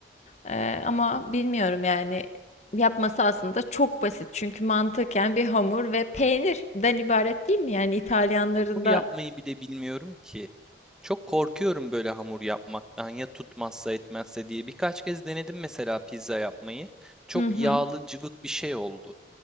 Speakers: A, on the left; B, in the centre.
A: Eee, ama bilmiyorum yani yapması aslında çok basit. Çünkü mantıken bir hamur ve peynirden ibaret değil mi? Yani İtalyanların
B: Hamur
A: da
B: yapmayı bile bilmiyorum ki. Çok korkuyorum böyle hamur yapmaktan ya tutmazsa etmezse diye. Birkaç kez denedim mesela pizza yapmayı. Çok
A: Hı hı.
B: yağlı cıvık bir şey oldu.